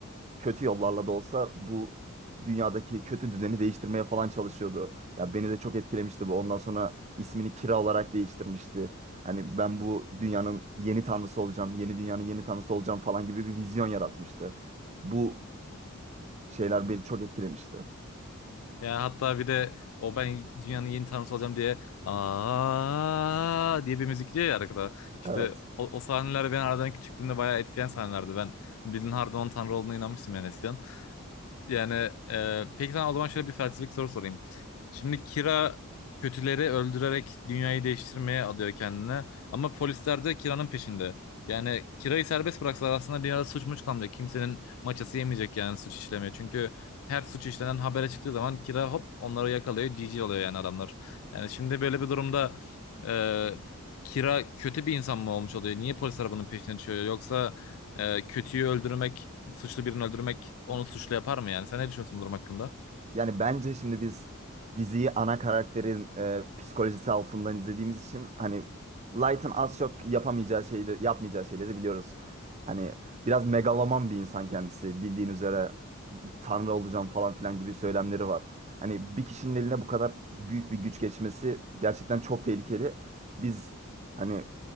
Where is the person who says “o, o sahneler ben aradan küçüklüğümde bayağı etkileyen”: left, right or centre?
Left